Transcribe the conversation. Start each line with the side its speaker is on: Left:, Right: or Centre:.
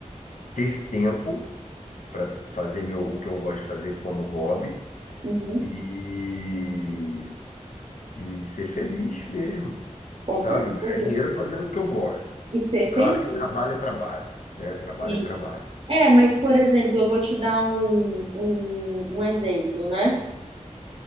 Left: ter tempo para fazer meu, o que eu gosto de fazer como hobby
Right: Uhum,
Left: e, e ser feliz mesmo,
Right: com
Left: sabe?
Right: certeza.
Left: Ganhar dinheiro fazendo o que eu gosto.
Right: E ser
Left: Claro
Right: feliz,
Left: que trabalho é trabalho, né? Trabalho
Right: sim.
Left: é trabalho.
Right: É, mas, por exemplo, eu vou te dar um, um, um exemplo, né?